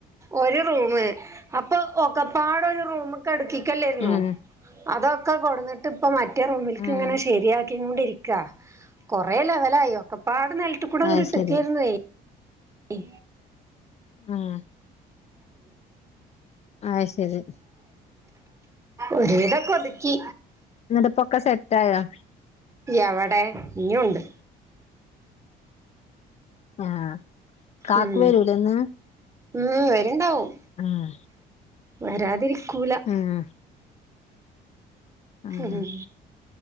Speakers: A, on the right; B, on the left.
A: ഒരു റൂമ് അ ഇപ്പൊ ഒക്കെപ്പാടെ ഒരു റൂമ്ക്കെ അട്ക്കിക്കല്ലേര്ന്നോ
B: ഉം
A: അതൊക്കെ കൊട്ന്നിട്ട്പ്പം മ മറ്റേ റൂമിൽക്ക്
B: ഉം
A: ഇങ്ങനെ ശരിയാക്കി കൊണ്ടിരിക്ക കൊറേ ലെവലായി ഒക്കെപ്പാട് നെൽ ത്ത് കൂടെ
B: അത്
A: ഇങ്ങട്ട് ഇട്ടക്കേര്ന്നേ
B: ശരി
A: ഉം
B: ഉം അയ്ശരി
A: ഒരുവിതൊക്കെ ഒതുക്കി
B: ഇന്ന്ട്ട്പ്പൊക്കെ സെറ്റായോ
A: എവടെ ഇഞ്ഞുണ്ട്
B: ആഹ് കാക്കു
A: ഉം
B: വരൂലേ ഇന്ന്
A: ഉം വര്ണ്ടാവും
B: ആഹ്
A: വരാതിരിക്കൂല
B: ഉം ആഹ്
A: ഉം